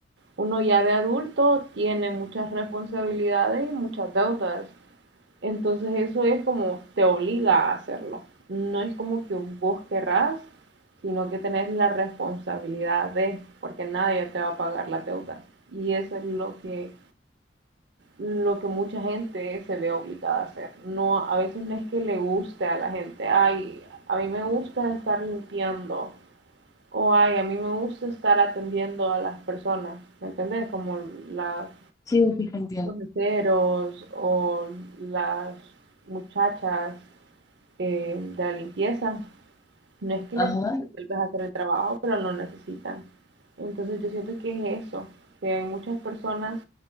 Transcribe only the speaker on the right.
uno ya de adulto tiene muchas responsabilidades y muchas deudas. Entonces eso es como te obliga a hacerlo. No es como que vos querrás, sino que tenés la responsabilidad de, porque nadie te va a pagar las deudas. Y eso es lo que, lo que mucha gente se ve obligada a hacer. No, a veces no es que le guste a la gente, ay, a mí me gusta estar limpiando, o ay, a mí me gusta estar atendiendo a las personas, ¿me entendés? Como las
los meseros o las muchachas eh, de la limpieza, no es que
les guste tal vez hacer el trabajo, pero lo necesitan. Entonces yo siento que es eso, que hay muchas personas,